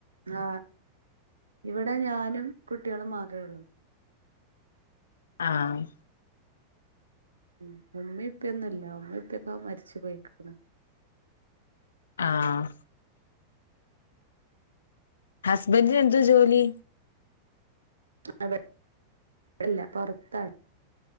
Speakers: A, on the right; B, on the left.
A: ഹാ ഇവിടെ ഞാനും കുട്ട്യേളും മാത്രേള്ളൂ
B: ആഹ്
A: ഉം ഉമ്മീം ഉപ്പേം ഒന്നുല്ല ഉമ്മേം ഉപ്പെക്കെ മരിച്ച് പൊയ്ക്ണ്
B: ആഹ് ഹസ്ബൻറ്റിനെന്ത് ജോലി?
A: അവ വടെല്ല പൊറത്താണ്